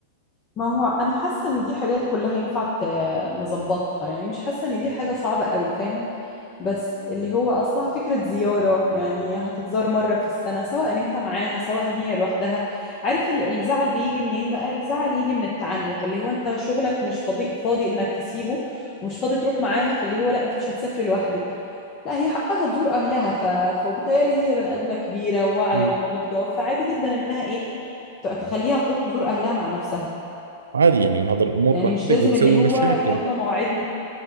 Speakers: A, on the left; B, on the right.
A: ما هو انا حاسه ان دي حاجات كلها ينفع ت- نظبطها يعني مش حاسه ان دي حاجه صعبه قوي فاهم بس اللي هو اصلها فكره زياره يعني هتتزار مره في السنه سواء انت معاها سواء هي لوحدها عارف ال- الزعل بيجي منين بقى الزعل يجي من التعنت اللي هو انت شغلك مش فاضي فاضي انك تسيبه ومش فاضي تروح معاها فاللي هو لا انت مش هتسافري لوحدك لا هي حقها تزور اهلها ف... فبالتالي هي بني ادمه كبيره وواعيه
B: مم.
A: وناضجه فعادي جدا انها ايه ت- تخليها تروح تزور اهلها مع نفسها
B: عادي يعني هذا الأمور
A: يعني
B: بحكي
A: مش
B: لك
A: لازم
B: بتسوي
A: اللي هو
B: مشاكل
A: يلا موعدنا